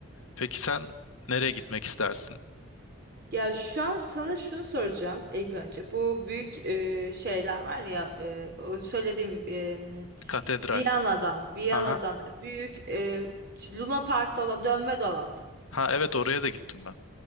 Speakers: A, on the left; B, on the right.
A: Peki sen nereye gitmek istersin?
B: Ya şu an sana şunu soracağım ilk önce. Bu büyük e, şeyler var ya e, o söylediğim e,
A: Katedral.
B: Viyana'dan, Viyana'dan
A: Aha.
B: büyük e, Luna Park'ta olan dönme dolap.
A: Ha evet oraya da gittim ben.